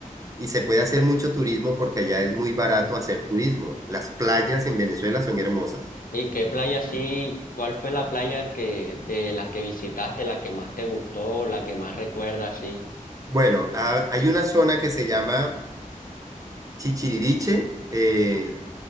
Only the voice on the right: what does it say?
y se puede hacer mucho turismo porque allá es muy barato hacer turismo, las playas en Venezuela son hermosas.
Bueno, ha- hay una zona que se llama Chichiriviche, eh,